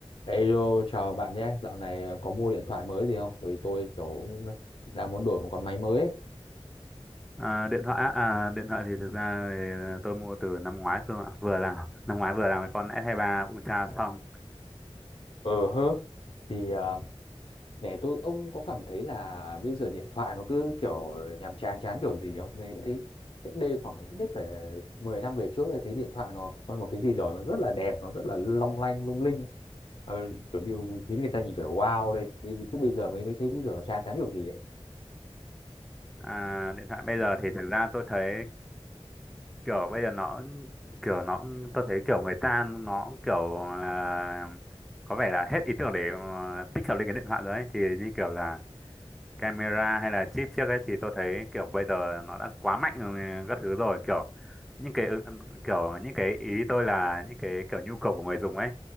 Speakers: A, on the left; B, in the centre.
A: Hello, chào bạn nhé. Dạo này có mua điện thoại mới gì không? Bởi vì tôi kiểu cũng đang muốn đổi một con máy mới ấy.
B: À, điện thoại á, à, điện thoại thì thực ra thì tôi mua từ năm ngoái cơ ạ vừa làm <laughs> năm ngoái vừa làm cái con S23 Ultra xong
A: Ờ hơ. Thì à, nè tôi ông có cảm thấy là bây giờ điện thoại nó cứ kiểu nhàm chán chán kiểu gì không? Nên thấy cách đây khoảng ít nhất phải 10 năm về trước thì thấy điện thoại nó có một cái gì đó nó rất là đẹp, nó rất là long lanh lung linh. Ờ, kiểu như khiến người ta nhìn phải wow lên. Vì- vì Chứ bây giờ mới mới thấy bây giờ chán chán kiểu gì ấy.
B: à, điện thoại bây giờ thì thực ra tôi thấy kiểu bây giờ nó kiểu nó tôi thấy kiểu người ta nó kiểu là có vẻ là hết ý tưởng để ờ, tích hợp lên cái điện thoại rồi ấy. thì như kiểu là camera hay là chip trước ấy thì tôi thấy kiểu bây giờ nó đã quá mạnh ừ, các thứ rồi kiểu những cái ừ, kiểu những cái ý tôi là những cái kiểu nhu cầu của người dùng ấy